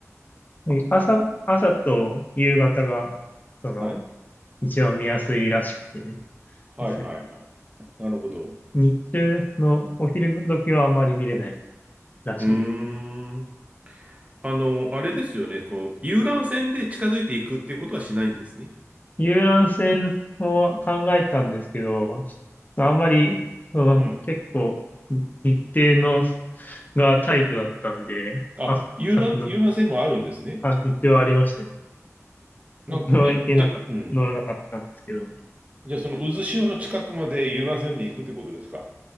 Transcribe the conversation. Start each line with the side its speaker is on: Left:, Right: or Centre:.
Left: はい朝、朝と夕方が、その、
Right: はい。
Left: 一番見やすいらしくて
Right: はいはいはい。
Left: ですね。
Right: なるほど。
Left: 日中のお昼時はあんまり見れないだし、
Right: うーん。あの、あれですよね。この遊覧船で近づいていくっていうことはしないんですね。
Left: 遊覧船を考えたんですけど、あんまり、うん、
Right: うん。
Left: 結構日程のがタイトだったんで、
Right: あ、
Left: あ、
Right: 遊覧、
Left: あの、
Right: 遊覧船もあるんですね。
Left: あ、一応ありましたね。僕は行けなかった、
Right: なん、ね、じゃ、うん。
Left: 乗らなかったんですけど、
Right: じゃあ、その渦潮の近くまで遊覧船で行くってことですか。